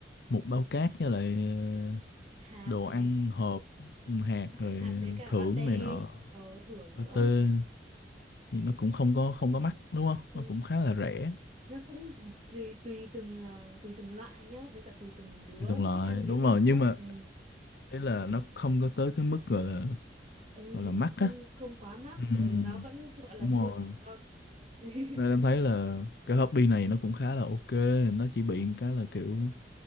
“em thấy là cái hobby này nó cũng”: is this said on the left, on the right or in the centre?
Left